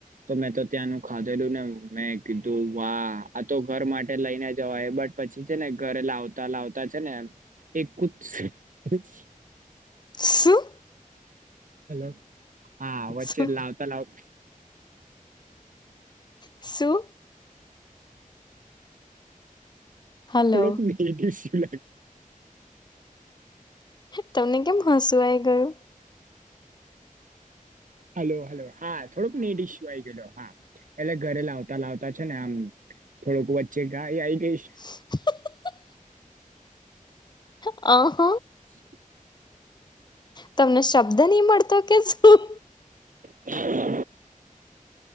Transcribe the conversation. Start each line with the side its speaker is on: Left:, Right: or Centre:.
Right: તો મેં તો ત્યાંનું ખાધેલું ને મેં કીધું વા આ તો ઘર માટે લઈને જવાય બટ પછી છે ને ઘરે લાવતા લાવતા છે ને એ એક જ. <unintelligible>
Left: શું
Right: હેલો હા વચ્ચે
Left: શું
Right: લાવતા લાવ
Left: શું હલો
Right: થોડોક <unintelligible>
Left: તમે કેમ હસું આઈ ગયું
Right: હલો હલો હા થોડોક ની ડીશ હોયે હા એટલે ઘરે લાવતા લાવતા છે ને આમ થોડુંક વચ્ચે ગાય આવી ગઈશ.
Left: <inaudible> અ હ
Right: <inaudible>
Left: તમને શબ્દ નહી મળતો કે શું.
Right: <inaudible>